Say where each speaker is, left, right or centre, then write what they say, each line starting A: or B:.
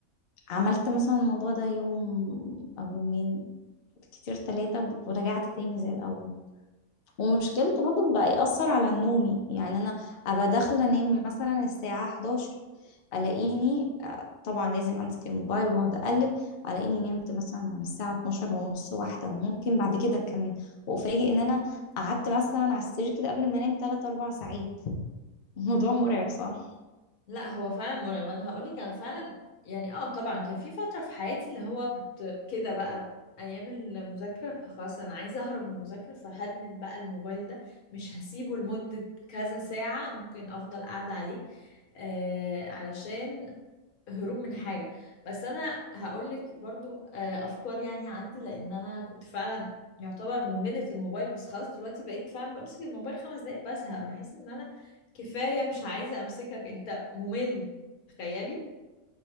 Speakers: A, on the left; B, on the left.
A: عملت مثلا الموضوع ده يوم أو يومين كتير ثلاثة ورجعت تاني زي الأول ومشكلته برضو بقى يأثر على نومي يعني أنا أبقى داخلة أنام مثلا الساعة 11 ألاقيني آه، طبعا لازم أمسك الموبايل وأقعد أقلب ألاقيني نمت مثلا على الساعة 12 ونص واحدة وممكن بعد كده كمان وأفاجئ إن أنا قعدت مثلا على السرير كده قبل ما أنام 3 4 ساعات <laughs> الموضوع مرعب صح؟
B: لا هو فعلا مرعب انا هقول لك انا فعلا يعني اه طبعا كان في فتره في حياتي اللي هو كنت كده بقى ايام المذاكره فخلاص انا عايزه اهرب من المذاكره فهدمن بقى الموبايل ده مش هسيبه لمده كذا ساعه ممكن افضل قاعده عليه آه علشان هروب من حاجة بس أنا هقولك برضو آه، أفكار يعني عندي لأن أنا كنت فعلا يعتبر مدمنة الموبايل بس خلاص دلوقتي بقيت فعلا بمسك الموبايل خمس دقايق بزهق بحس إن أنا كفاية مش عايزة أمسكك أنت ممل تخيلي